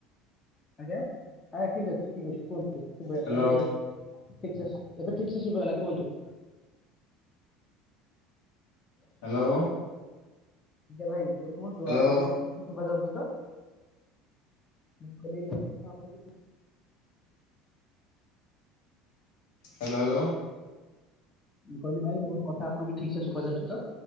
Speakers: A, on the left; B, on the left.
A: ଆଜ୍ଞା ହଁ ଠିକ ଅଛି ଠିକ ଅଛି କୁହନ୍ତୁ। ଏବେ
B: ହ୍ୟାଲୋ
A: ଏବେ ଠିକସେ ଏବେ ଠିକ ସେ ସୁବା ହେଲା କୁହନ୍ତୁ।
B: ହ୍ୟାଲୋ।
A: ଆଜ୍ଞା ଭାଇ ଏ କୁହନ୍ତୁ
B: ହ୍ୟାଲୋ
A: ଆପଣଙ୍କୁ
B: ହ୍ୟାଲୋ
A: ଠିକ ସୁବା ଯାଉଛି ତ। <unintelligible> କଥା ଆପଣ
B: ହ୍ୟାଲୋ ହ୍ୟାଲୋ
A: ମୁଁ କହିଲି ଭାଇ ମୋର କଥା ଆପଣଙ୍କୁ ଠିକସେ ସୁବା ଯାଉଚି ତ?